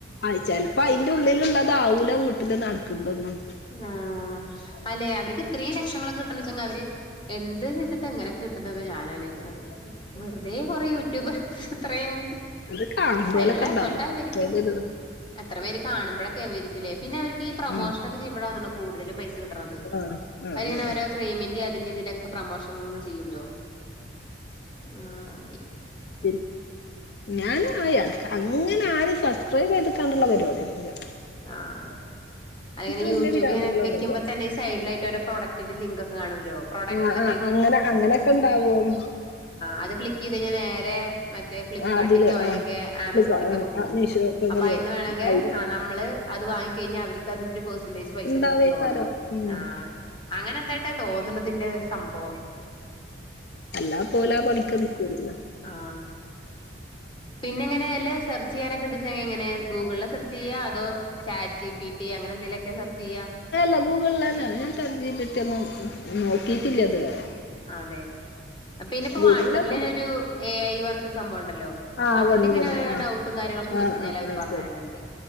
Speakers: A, on the left (about 60°); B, on the left (about 25°).
A: ആ ചെിലപ്പോ അതിന്റെ ഉള്ളിലുള്ളത് ആവൂല വീട്ടില് നടക്കണ്ടോന്നും
B: ആ അല്ലെ അവർക്ക് ഇത്രയും ലക്ഷങ്ങളൊക്കെ കിട്ടണം അവര് എന്ത് ചെയ്തിട്ട് എങ്ങനെ കിട്ടണെന്ന് ഞാൻളയിക്കണത് വെറുതെ കുറെേ യൂട്യൂബ് അത്രയും
A: അത് കാണുന്നോലൊക്കെ
B: അതിനതിനുള്ള
A: ഉണ്ടാവല്ലോ
B: എഫോർട്ട ആരിക്കും എത്ര പേര് കാണുമ്പോഴക്ക ഒരിക്കല്ലേന്നെ അവർക്ക്ഈ പ്രൊോഷന
A: ഉം
B: ഒക്കെ്യുമോഴോ കൂടുല പൈസ കിും
A: ആഹ് ആഹ്
B: അരിങ്ങനെ
A: ആഹ്
B: ഓരോ ക്രെയിമിറ അതിന്റെ ഇതിന്റെ ഒക്കെ പ്രൊമോഷൻ ചെയ്യല്ലോ ആഹ
A: പി ഞൻ ആയി അടക്ക അങ്ങനെ ആര സബ്സ്ക്രൈബ്തിാനുള്ള പരിപടിയന്നുമല്ലേ
B: ആഹ അല്ലങ്ങനെ
A: വലിയ
B: യൂട്യൂബ്
A: പിരാന്തുക്കളൊന്നുമില്ല
B: ഇങ്ങെ വെക്കുമ്പോ തന്നേ ഈ സൈഡിലായിട്ട് ഒരു പ്രോഡകിന്റെ ലിങ്ക് ഒക്കെ കാണലോ പ്രോഡക്ട്
A: ആ ആ അങ്ങനെ അങ്ങനൊക്കെ ഉണ്ടാവും
B: ആത് ക്ക്ക് ചെയത് ക നേ മറ്റ ഫ്ലിപ്കാർട്ടിക്കോ
A: ആ അതില്
B: അല്ലെങ്കിൽ
A: ആ
B: ആമസോണിക്കൊക്കെ
A: ഇപ്പൊ, ആ,
B: പോകും
A: ആ, മീഷോക്കൊക്കെ
B: അപ്പൊ
A: പോകും
B: അയിന്ന് വേണമെങ്കിൽ
A: അതില്
B: നമ്മള് അത് വാങ്ങിക്കി കഴിഞ്ഞ അവർക്ക് അതിന്റെ പെർസെന്റേജ് പൈസ
A: ഉണ്ടാവേക്കാരം
B: കിട്ടുംന്ന് തോന്നണം
A: ഉം
B: ആ അങ്ങനെ എന്തായിട്ടാ തോന്നണതിന്റെ സംഭവം
A: അല്ലാ പോല ആ പണിക്ക് നിക്കൂലല്ലോ
B: ആ പിന്നെ എങ്ങനെയ അല്ലേ സെർച്ച് ചെയ്യാനൊക്കെ ഉണ്ട ഇങ്ങനെ ഗൂഗിളെ സെർച്ച് ചെയ്യ അതോ ചാറ്റ് ജി പി ടി അങ്ങനെ എന്തെലുമൊക്കെ സെർച്ച് ചെയ്യാ
A: ലഘൂകന്ന ഞാട്ട പറ്റന്ന നോക്കിയിട്ടില്ല അത്വരെ
B: അതെ പിന്ന ഇപ്പോൊ
A: ഗൂഗിളിൽ
B: വാട്സആപ്പിൽ തന്നെ
A: അത്
B: ഒരു എ ഐ പറഞ്ഞിട്ട് സംഭവംുണ്ട് ോ
A: ആ
B: അതില
A: വന്നുകുണു
B: ഇങ്ങനെോ
A: ആ
B: ഡട്ടും കാര്യങ്ങളൊക്കെ
A: ആ
B: ചോ കഞ്ഞാൽ
A: ആ
B: അവര്
A: ആ
B: പറഞ്ഞണ്ട്
A: അത്